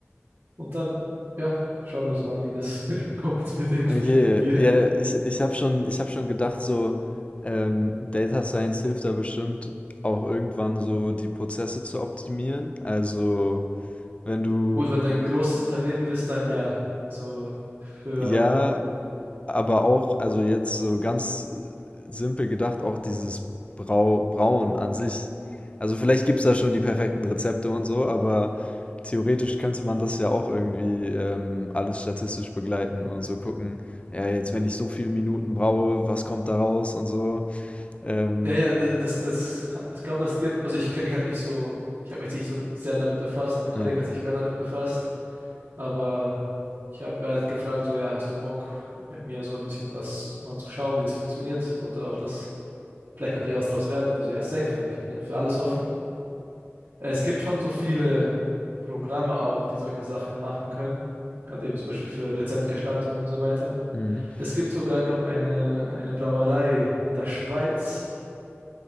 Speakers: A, on the right; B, on the left.
A: Und dann, ja, schauen wir so mal, wie das <laughs> kommt mit dem
B: okay.
A: Bier.
B: Ja, ich, ich habe schon, ich hab schon gedacht, so ähm, Data Science hilft da bestimmt auch irgendwann so die Prozesse zu optimieren. Also, wenn du,
A: Gut, wenn du ein großes Unternehmen bist, dann ja. Also für
B: ja, Aber auch, also jetzt so ganz simpel gedacht, auch dieses Brau Brauen an sich. Also vielleicht gibt es da schon die perfekten Rezepte und so, aber theoretisch könnte man das ja auch irgendwie ähm, alles statistisch begleiten und so gucken, ja, jetzt wenn ich so viele Minuten braue, was kommt da raus und so. Ähm,
A: Ja, ja, das, das, ich glaube, es gibt, also ich kenne mich halt nicht so, ich habe mich jetzt nicht so sehr damit befasst, mein Kollege
B: ja.
A: hat sich mehr damit befasst, aber ich habe, er hat gefragt, so, ja, hast du Bock, mit mir so ein bisschen das mal zu schauen, wie das funktioniert, oder ob das, vielleicht könnte ja was draus werden, also ja, safe, ich meine, ich bin ja für alles offen. Es gibt schon so viele Programme auch, die solche Sachen machen können, halt eben zum Beispiel für Rezeptgestaltung und so weiter.
B: Mhm.
A: Es gibt sogar, glaube ich, eine, eine Brauerei in der Schweiz,